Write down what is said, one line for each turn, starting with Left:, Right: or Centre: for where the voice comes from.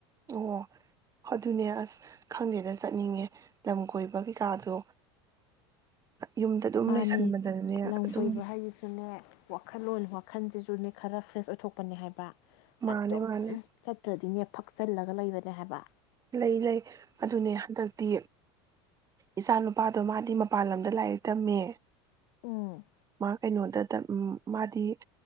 Right: ꯑꯣ ꯑꯗꯨꯅꯦ ꯑꯁ ꯈꯪꯗꯦꯅ ꯆꯠꯅꯤꯡꯉꯦ ꯂꯝ ꯀꯣꯏꯕ ꯀꯩꯀꯥꯗꯣ ꯌꯨꯝꯗ ꯑꯗꯨꯝ
Left: ꯃꯥꯅꯦ
Right: ꯂꯩꯁꯟꯕꯗꯅꯦ
Left: ꯂꯝ
Right: ꯑꯗꯨꯝ
Left: ꯀꯣꯏꯕ ꯍꯥꯏꯗꯨꯁꯨꯅꯦ ꯋꯥꯈꯜꯂꯣꯟ ꯃꯈꯟꯁꯤꯁꯨꯅꯦ ꯈꯔ ꯐ꯭ꯔꯦꯁ ꯑꯣꯏꯊꯣꯛꯄꯅꯤ ꯍꯥꯏꯕ ꯑ
Right: ꯃꯥꯅꯦ
Left: ꯑꯗꯨꯝ
Right: ꯃꯥꯅꯦ
Left: ꯁꯠꯇꯗꯤ ꯊꯛꯆꯤꯜꯂꯒ ꯂꯩꯕꯅꯦ ꯍꯥꯏꯕ
Right: ꯂꯩ ꯂꯩ ꯑꯗꯨꯅꯦ ꯍꯟꯗꯛꯇꯤ ꯏꯆꯥ ꯅꯨꯨꯄꯥꯗꯣ ꯃꯥꯗꯤ ꯃꯄꯥꯟ ꯂꯝꯗ ꯂꯥꯏꯔꯤꯛ ꯇꯝꯃꯦ
Left: ꯎꯝ
Right: ꯃꯥ ꯀꯩꯅ ꯅꯣꯗ ꯎꯝ ꯃꯥꯗꯤ